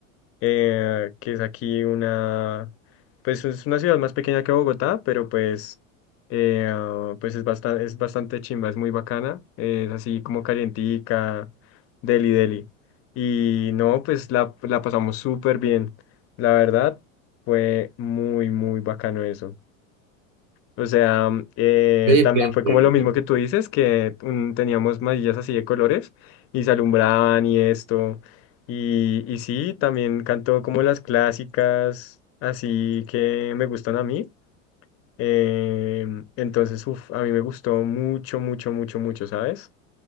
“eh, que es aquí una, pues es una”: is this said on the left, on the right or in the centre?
Left